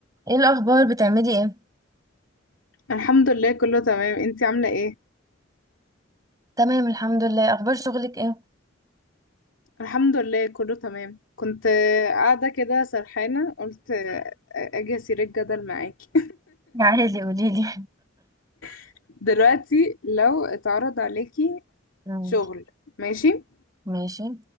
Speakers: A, on the right (about 20°); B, on the left (about 75°).
A: ايه الاخبار بتعملي ايه
B: الحمد لله كله تمام انتي عاملة ايه؟
A: تمام الحمد لله اخبار شغلك ايه
B: الحمد لله كله تمام كنت آه، قاعدة كده سرحانة قلت آه، اجي اسير الجدل معاكي
A: عادي قولي لي
B: <laughs> دلوقتي لو اتعرض عليكي
A: مم.
B: شغل ماشي؟
A: ماشي